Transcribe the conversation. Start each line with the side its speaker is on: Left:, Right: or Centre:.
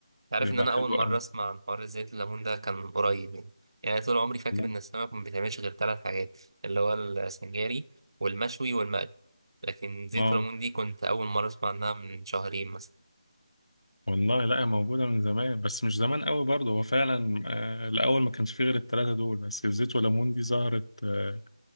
Right: عارف
Left: بيبقى
Right: ان انا
Left: حلو
Right: اول مره
Left: قوي
Right: اسمع عن حوار زيت الليمون ده كان قريب يعني يعني طول عمري فاكر
Left: لا.
Right: ان السمك ما بيتعملش غير ثلاث حاجات اللي هو السنجاري والمشوي والمقلي لكن زيت
Left: اه
Right: الليمون دي كنت اول مره اسمع عنها من شهرين مثلا
Left: والله لا موجودة من زمان بس مش زمان قوي برضو هو فعلا آه الأول ما كانش فيه غير التلاتة دول بس الزيت وليمون دي ظهرت آه